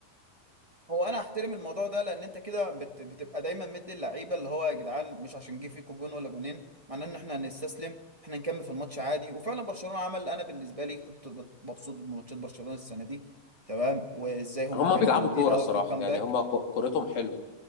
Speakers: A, on the right; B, on the left.
A: هو انا احترم الموضوع ده لان انت كده بت... بتبقى دايما مدي اللعيبه اللي هو يا جدعان مش عشان جه فيكوا جون ولا جونين معناه ان احنا هنستسلم احنا نكمل في الماتش عادي وفعلا برشلونه عمل انا بالنسبه لي كنت بت- مبسوط بماتشات برشلونه السنه دي تمام وازاي هم
B: هما
A: كانوا
B: بيلعبوا
A: جامدين
B: كوره
A: قوي
B: الصراحه
A: في الكامباك
B: يعني هما كو- كورتهم حلوه